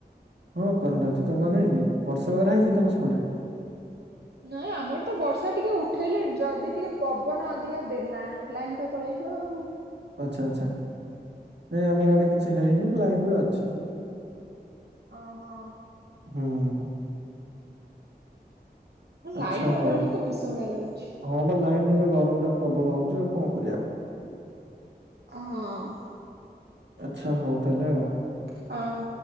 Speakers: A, on the right; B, on the right.
A: ହଁ କରେଣ୍ଟ ଅଛି ତମର ନାଇଁ କି ବର୍ଷା ବାଗରେ ହେଇଛି ତମ ସେପଟେ?
B: ନାଇଁ ଆମର ତ ବର୍ଷା ଟିକେ ଉଠେଇଲେ ଯଦି ଟିକେ ପବନ ଅଧିକା ଦେଲା ଲାଇନ୍ ତ ପଳେଇବ ଆଉ।
A: ଆଛା ଆଛା ଆମର ଏଆଡ଼େ କିଛି ହେଇନି ଲାଇନ ବି ଅଛି।
B: ଓହୋ।
A: ହୁଁ ହୁଁ।
B: ହଁ ଲାଇନ
A: ଆଚ୍ଛା
B: ନ
A: ହଉ।
B: ରହିଲେ ତ ବିଷ ଭଳିଆ ଲାଗୁଛି।
A: ହଁ ବା ଲାଇନ୍ ନହେଲେ ଗରମ ଟା ପ୍ରବଳ ହଉଚଛି ଆଉ କଣ କରିବା ଆଉ।
B: ହଁ।
A: ଆଛା ହଉ ତାହେଲେ ଆଉ।
B: ହଉ।